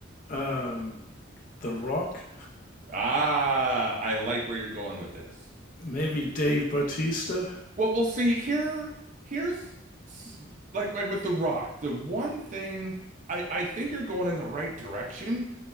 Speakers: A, on the left; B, on the right.
A: um, The Rock,
B: Ah, I like where you're going with this.
A: maybe Dave Bautista.
B: Well, we'll see. Here, here's s- like like with The Rock, the one thing I I think you're going in the right direction.